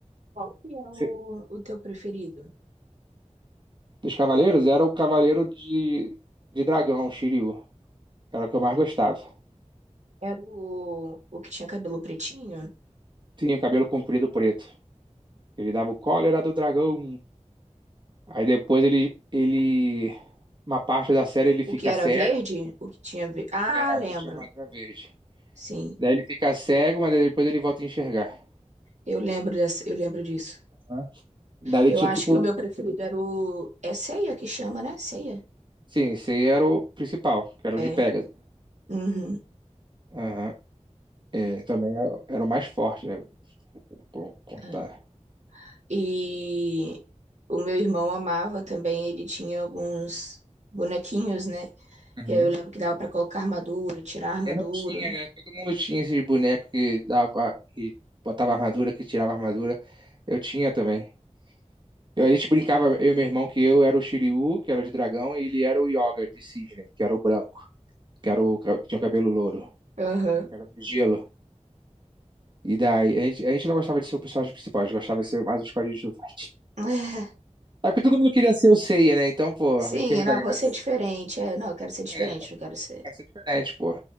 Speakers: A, on the right; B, on the right.
A: Qual que é
B: Você-
A: o, o teu preferido?
B: Dos cavaleiros era o cavaleiro
A: É,
B: de de dragão, o Shiryu. Era o que eu mais gostava.
A: Era o, o que tinha cabelo pretinho?
B: tinha o cabelo comprido preto. Ele dava o cólera do dragão. Aí depois ele, ele, uma parte da série ele fica
A: O que era
B: cego,
A: verde? O que tinha. ve- Ah,
B: é,
A: lembro.
B: aqui tinha armadura verde.
A: Sim.
B: Daí ele fica cego, mas depois ele volta a enxergar.
A: Eu lembro dessa, eu lembro disso.
B: né? Daí ele
A: Eu
B: tinha
A: acho
B: tipo,
A: que o meu preferido era o. É ceia que chama, né? Ceia.
B: sim, esse aí era o principal, que era
A: É.
B: o de Pegasus.
A: Uhum.
B: Aham. É, também era, era o mais forte, né? Con- Contar.
A: É. E o meu irmão amava também, ele tinha alguns bonequinhos, né?
B: Uhum.
A: E aí Eu lembro que dava pra colocar armadura, tirar armadura.
B: E não tinha, né? Todo mundo tinha esses bonecos que dava, que botava armadura, que tirava armadura. Eu tinha também. Eu- A gente brincava, eu e meu irmão, que eu era o Shiryu, que era de dragão, e ele era o Yoga de cisne, que era o branco, que era o ca- que tinha o cabelo louro,
A: Aham.
B: que
A: <laughs>
B: era do gelo. E daí, a gente, a gente não gostava de ser o personagem principal, a gente gostava de ser mais os coadjuvantes.
A: É.
B: É porque todo mundo queria ser o Seiya, né? Então, pô,
A: Sim,
B: não tinha muita
A: não,
B: graça.
A: vou ser diferente. É, não, eu quero ser diferente,
B: É,
A: não quero ser.
B: essa é diferente, pô.